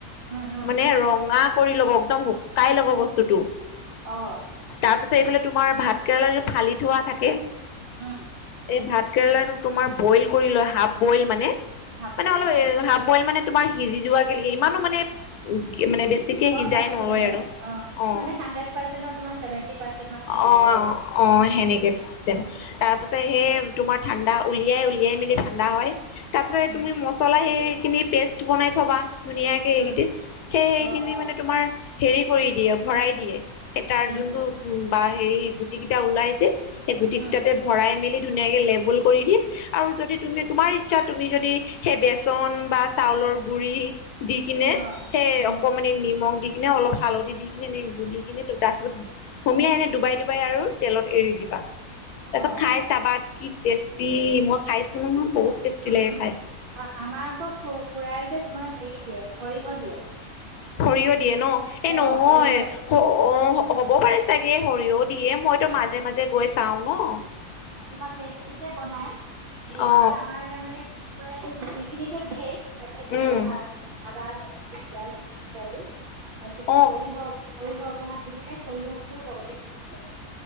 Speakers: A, on the right; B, on the left.
A: উম
B: মানে ৰঙা কৰি ল'ব একদম শুকাই ল'ব বস্তুটো।
A: অ।
B: তাৰপিছত এইফালে তোমাৰ ভাত কেৰেলা যিটো ফালি থোৱা থাকে
A: উম।
B: ভাত কেৰেলাটো তোমাৰ বইল কৰি লয় হাফ বইল মানে,
A: হাফ
B: মানে
A: বইল
B: অলপ
A: অ
B: হাফ বইল মানে তোমাৰ সিজি যোৱা কে লৈ ইমানো মানে মানে বেছিকে
A: গম
B: সিজাই
A: পাইছো
B: নলয়
A: মানে
B: আৰু, অ।
A: মানে হাণ্ড্ৰেড পাৰ্চেন্টৰ তোমাৰ ছেভেন্টি পাৰ্চেন্ট মান সিজাই
B: অ,
A: লয় আৰু
B: অ সেনেকে চেম তাৰ পিছত সেই তোমাৰ ঠাণ্ডা, উলিয়াই -উলিয়াই মেলি ঠাণ্ডা হয়। তাৰ পিছত
A: উম
B: তুমি মচলা সেই খিনি পেষ্ট বনাই থবা। ধুনীয়াকে সেইকেইটি
A: উম
B: সেই সেইখিনি
A: অ অ
B: মানে তোমাৰ হেৰি কৰি দিয়ে আৰু ভৰাই দিয়ে। এ তাৰ
A: উম
B: যোনটো উম বা হেৰি গুটি কেইটা ওলাই যে সেই গুটি
A: উম
B: কেইটাতে ভৰাই মেলি ধুনীয়াকে লেবুল কৰি দি আৰু যদি তুমি তোমাৰ ইচ্ছা তুমি যদি সেই বেচন বা চাউলৰ গুৰি দি কিনে
A: অ
B: সেই
A: উম
B: অকমানি নিমখ দি দি কিনে অলপ হালধি কিনে এনেই গুলি কিনে তাৰপিছত সোমিয়াই এনে ডুবাই ডুবাই আৰু তেলত এৰি দিবা তাৰপিছত
A: অ
B: খাই চাবা কি টেষ্টি মই খাইছো নহয় বহুত টেষ্টি
A: উম,
B: লাগে খাই।
A: আমাৰ আকৌ খুৰাই যে তোমাৰ হেৰি দিয়ে সৰিয়হ দিয়ে।
B: সৰিয়হ দিয়ে ন? এ
A: অ',
B: নহয়
A: সৰিয়হ
B: অ হ'ব পাৰে চাগে সৰিয়হ দিয়ে মইতো মাজে মাজে গৈ চাও ন?
A: তোমাৰ পেষ্টটো যে বনাই, পেষ্টটো
B: অ
A: আমাৰ তাৰ মানে কি তোমাৰ এই গুটিখিনিতো দিয়েই তাতে তোমাৰ
B: উম
A: আদা, নহৰু, পিয়াঁজ সেইখিনিয়ে আৰু তাৰপিছতে
B: অ
A: সৰিয়হ- সৰিয়হ অকণমান দি কিনে সৰিয়হখিনও লগতে পিচি লয়।